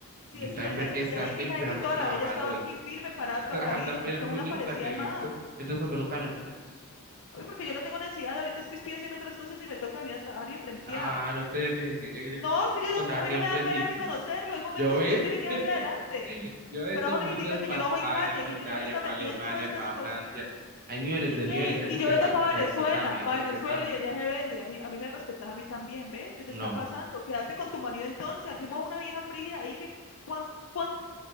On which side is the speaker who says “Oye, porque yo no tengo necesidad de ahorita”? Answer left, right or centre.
Left